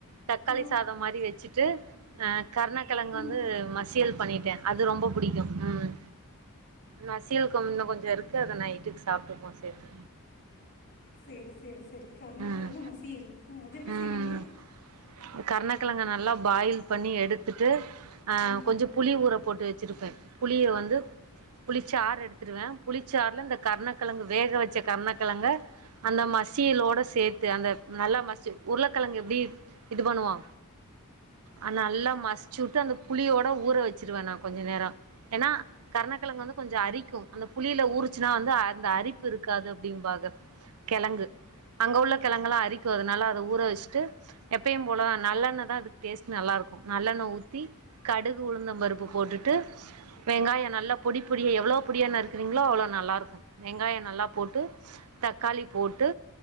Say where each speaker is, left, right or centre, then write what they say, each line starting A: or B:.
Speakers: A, on the right; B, on the left.
A: தக்காளி
B: ஆ
A: சாதம் மாரி வெச்சுட்டு அ கருணக்கெழங்கு
B: ம்
A: வந்து மசியல் பண்ணிட்டே அது ரொம்ப பிடிக்கு ம் மசியல் கொ இன்னு கொஞ்ச இருக்கு அத நைட்டுக்கு சாப்ட்டுப்போ சேத்து
B: சேரி சேரி சேரி கருணக்கெழங்கு
A: ம்
B: மசியல் அது எப்டி
A: ம்
B: செய்விங்க
A: கருணக்கெழங்க நல்லா பாயில் பண்ணி எடுத்துட்டு அ
B: ம்
A: கொஞ்ச புளி ஊற போட்டு வெச்சுருப்பே புளிய வந்து புளிச்சாறு எடுத்துருவ புளிச்சாறுல இந்த கருணக்கெழங்கு வேக வெச்ச கருணக்கெழங்க அந்த மசியலோட சேத்து அந்த நல்லா மசிச்சு உருளைக்கெழங்கு எப்டி இது பண்ணுவோ அ நல்லா மசிச்சுட்டு அந்த புளியோட ஊற வெச்சிருவ நா கொஞ்ச நேர ஏன்னா கருணக்கெழங்கு வந்து கொஞ்ச அரிக்கு அந்த புளியில ஊறுச்சுன்னா வந்து அந்த அரிப்பு இருக்காது அப்டிம்பாங்க கெழங்கு அங்க உள்ள கெழங்கல்லா அரிக்கு அதனால அத ஊற வெச்ட்டு எப்பயும் போல நல்லெண்ண தா அதுக்கு டேஸ்ட் நல்லாருக்கு நல்லெண்ண ஊத்தி கடுகு உளுந்தம்பருப்பு போட்டுட்டு வெங்காயோ நல்லா பொடி பொடி எவ்ளோ பொடியா நருக்றீங்ளோ அவ்ளோ நல்லாருக்கு வெங்காயோ நல்லா போட்டு தக்காளி போட்டு